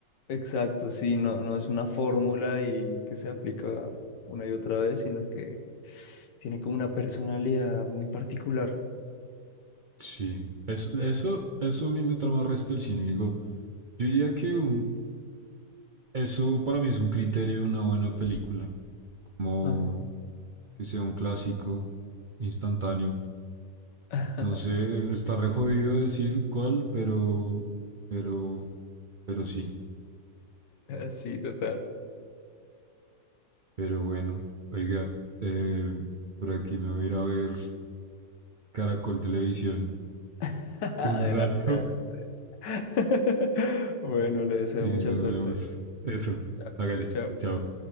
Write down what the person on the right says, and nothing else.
Sí, eso, eso, eso a mí me trama el resto del cine. Digo, Yo diría que un- eso para mí es un criterio de una buena película, como
que sea un clásico instantáneo.
No sé, está re jodido decir cuál, pero, pero, pero sí,
pero bueno. Oiga, eh, por aquí me voy a ir a ver Caracol Televisión
un rato
<laughs>
y
nos
vemos. Eso,
hágale,
chao.